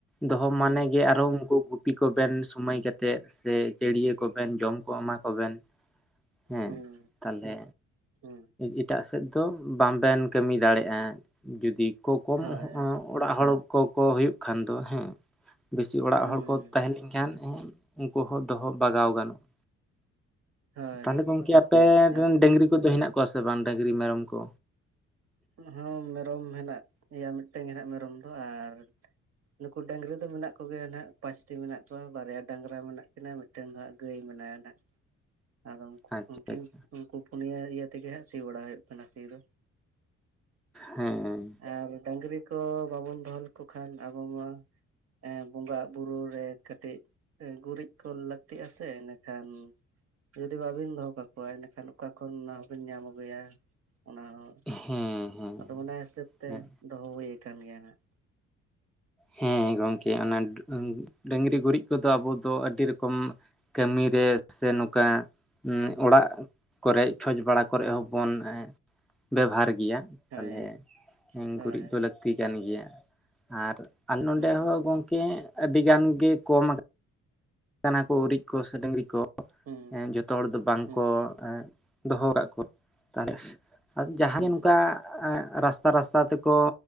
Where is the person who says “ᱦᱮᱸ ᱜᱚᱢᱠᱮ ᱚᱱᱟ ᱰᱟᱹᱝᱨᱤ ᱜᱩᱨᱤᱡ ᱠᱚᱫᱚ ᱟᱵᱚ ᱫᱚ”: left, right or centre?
Centre